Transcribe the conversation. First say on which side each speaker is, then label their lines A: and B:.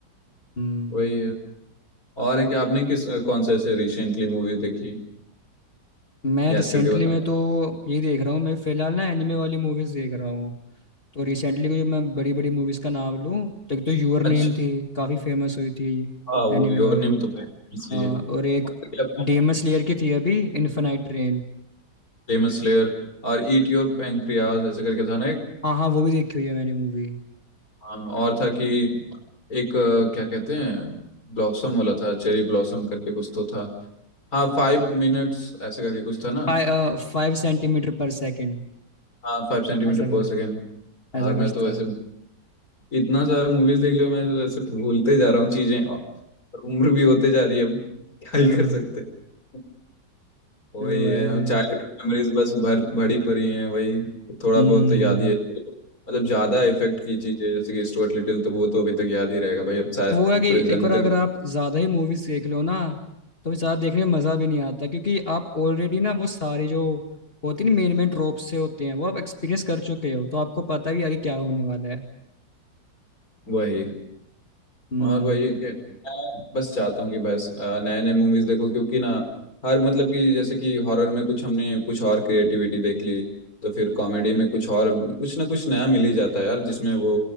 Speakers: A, on the left (about 30°); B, on the left (about 50°).
A: हम्म
B: वही है और है कि आपने किस कौन सा ऐसे रिसेंटली मूवी देखी
A: मैं
B: याद
A: रिसेंटली
B: करके बता
A: में तो ये देख रहा हूँ मैं फिलहाल ना एनिमे वाली मूवीज देख रहा हूँ तो रिसेंटली को जो मैं बड़ी बड़ी मूवीज का नाम लूँ तो एक तो यूर
B: अच्छा
A: नेम थी काफ़ी फेमस हुई थी
B: हाँ, वो
A: एनिमे
B: योर
A: वाली
B: नेम तो भाई इसलिए
A: आ, और एक
B: और क्या
A: डेमन स्लेयर की थी अभी इन्फेनाइट रेन
B: Famous layer और ईट योर पेंक्रियाज ऐसे करके था ना एक
A: हाँ हाँ वो भी देखी हुई है मैंने movie
B: हाँ, और था कि एक अ, क्या कहते हैं ब्लॉसम वाला था चेरी ब्लॉसम करके कुछ तो था हाँ फाइव मिनट्स ऐसे करके कुछ था ना
A: Five centimetre per second
B: हाँ फाइव सेंटीमीटर
A: ऐसा
B: पर
A: कुछ
B: सेकेंड और
A: ऐसा
B: मैं
A: कुछ
B: तो
A: था
B: वैसे इतना सारा मूवीज देख लिया मैं तो वैसे भूलते जा रहा हूँ चीजें और उम्र भी होते जा रही है अब क्या
A: अ,
B: ही
A: तो
B: कर सकते हैं वही
A: भाई
B: है और चाइल्डहुड मेमोरीज बस भर भरी पड़ी हैं वही थोड़ा
A: हम्म
B: बहुत
A: हम्म,
B: तो याद
A: हम्म।
B: ही है मतलब ज्यादा इफेक्ट की चीजें जैसे कि स्टुअर्ट लिटिल तो वो तो अभी तक याद ही रहेगा भाई अब शायद
A: वो है कि
B: पूरे जन्म
A: एक बार अगर
B: तक
A: आप ज्यादा ही मूवीज देख लो ना तो फिर ज्यादा देखने में मजा भी नहीं आता क्योंकि आप ऑलरेडी ना वो सारे जो होती है ना मेन मेन ट्रोप से होते हैं वो आप एक्सपीरियंस कर चुके हो तो आपको पता भी है आगे क्या होने वाला है
B: वही
A: हम्म
B: और वही है कि मैं बस चाहता हूँ कि बस नए नए मूवीज देखो क्योंकि ना हर मतलब कि जैसे कि हॉरर में कुछ हमने कुछ और क्रिएटिविटी देख ली तो फिर कॉमेडी में कुछ और कुछ ना कुछ नया मिल ही जाता है यार जिसमें वो